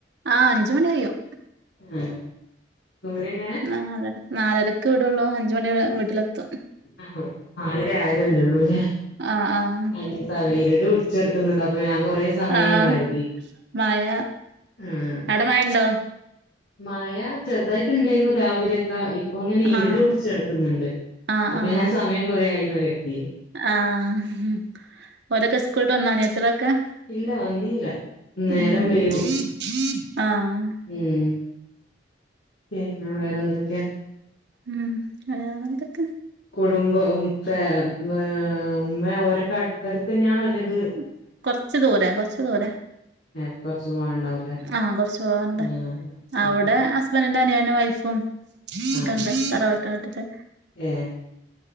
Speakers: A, on the right (about 65°); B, on the left (about 65°).
A: ആഹ് അഞ്ച് മണി കഴിയും
B: ആഹ്, ദൂരെ എങ്ങാന
A: നാലര നാലരക്ക് വിടുള്ളൂ. അഞ്ച്മണി അ വീട്ടിലെത്തും
B: ആന്ന് നാലര ആയതല്ലേ ഉള്ളൂ ല്ലേ
A: ആഹ് ആഹ്
B: അഞ്ച് സവെലിട് പിടിച്ച് കടക്ക്ന്നുണ്ട്. അപ്പൊ ഞാൻ കൊർ കൊറേ സമയം
A: ആഹ്
B: ആയിന്ന് കരുതി.
A: മഴ
B: ആഹ്
A: അവിടെ മഴ ഉണ്ടോ?
B: മഴ ചെറുതായിട്ട് ഇണ്ടാര്ന്നു രാവിലെ ദാ ഇപ്പൊ ഇങ്ങനെ ഇരുട്
A: ആഹ്
B: പിടച്ച് കെടക്കുന്നുണ്ട്
A: ആഹ്
B: അപ്പൊ
A: ആഹ്
B: ഞാൻ സമയം കൊറേ ആയിന്ന കര്തിയേ
A: ആഹ്, അവരൊക്കെ സ്കൂള് വിട്ട് വന്നോ. അനിയത്തികളൊക്കെ?
B: ഇല്ല വന്നീല നേരം
A: ആഹ്
B: വൈകും
A: ആഹ്
B: ഉം, പിന്ന വേറെന്തക്കെയാ.
A: ഉം, വേറെ എന്തൊക്കെ
B: കുടുംബ ഉം ഫാമ് വ് ഉമ്മ യൊ അവരൊക്കെ അടുത് ട്ത്ത് തന്നെയാണോ? അല്ലെങ്ക്
A: ഉം കൊറച്ച് ദൂര കൊറച് ദൂര
B: ഏഹ് കൊറച്ച് പോവാണ്ടാവൂലേ
A: ആഹ്, കൊറച്ച് പോവാണ്ട്.
B: ആഹ്
A: അവ്ടെ
B: ആഹ്
A: ഹസ്‌ രണ്ട് അനിയനു വൈഫും
B: ആഹ്
A: ഒക്കെ ഉണ്ട് തറവാട്ട് വീട്ടില്.
B: ഏഹ്